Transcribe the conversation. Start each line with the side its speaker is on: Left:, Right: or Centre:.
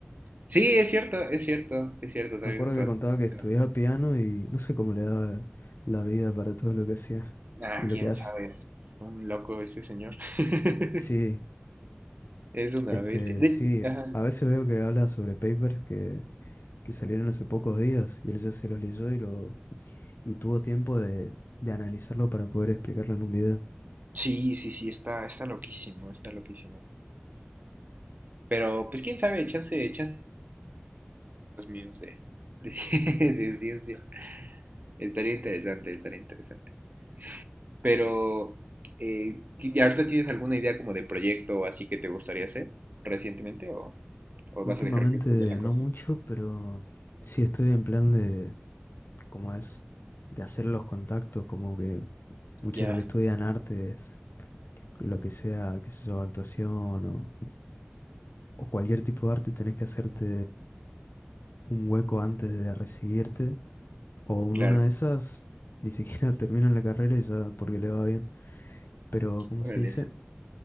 Right: Sí, es cierto, es cierto, es cierto, también
Left: Me acuerdo
Right: es
Left: que
Right: bastante.
Left: contaba que estudiaba
Right: bueno.
Left: piano y no sé cómo le daba la vida para todo lo que hacía
Right: Ah,
Left: y lo
Right: quién
Left: que hace.
Right: sabe, es un loco ese señor. <laughs>
Left: Sí,
Right: Es una
Left: este,
Right: bestia. De-
Left: sí,
Right: Ajá.
Left: a veces veo que habla sobre papers que, que salieron hace pocos días y él ya se los leyó y, lo, y tuvo tiempo de, de analizarlo para poder explicarlo en un video.
Right: Sí, sí, sí, está, está loquísimo, está loquísimo. Pero, pues quién sabe, chance, chance los míos de, de, <laughs> de ciencia. Estaría interesante, estaría interesante. Pero, eh, ¿y ahorita tienes alguna idea como de proyecto o así que te gustaría hacer recientemente o, o
Left: Últimamente
Right: vas a dejar que fluya la
Left: no
Right: cosa?
Left: mucho, pero sí estoy en plan de, ¿cómo es? De hacer los contactos, como que mucho
Right: Ya,
Left: de lo que estudian artes, lo que sea, qué sé yo, actuación o o cualquier tipo de arte tenés que hacerte un hueco antes de recibirte, o en
Right: claro.
Left: una de esas ni siquiera <laughs> terminan la carrera y ya porque le va bien. Pero, ¿cómo
Right: Órale.
Left: se dice?